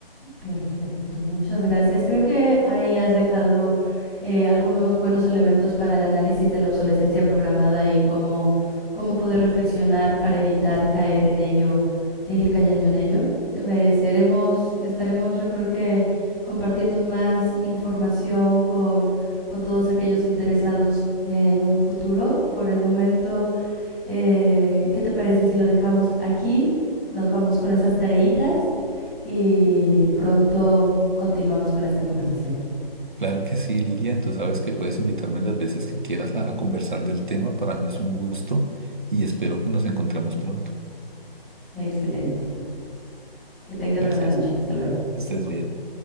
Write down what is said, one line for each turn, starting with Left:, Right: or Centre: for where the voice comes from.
Centre: Perfecto, muchas gracias. Creo que ahí has dejado eh, algunos buenos elementos para el análisis de la obsolescencia programada y cómo, cómo poder reflexionar para evitar caer en ello, seguir cayendo en ello. Eh, seremos, estaremos, yo creo que compartiendo más información con, con todos aquellos interesados en un futuro. Por el momento, eh, ¿qué te parece si lo dejamos aquí? Nos vamos con esas tareitas y pronto continuamos con esta conversación.
Right: Claro que sí, Lilia. Tú sabes que puedes invitarme las veces que quieras a, a conversar del tema. Para mí es un gusto y espero que nos encontremos pronto.
Centre: Excelente. Que tengas
Right: Gracias.
Centre: buena noche. Hasta luego.
Right: Estés bien.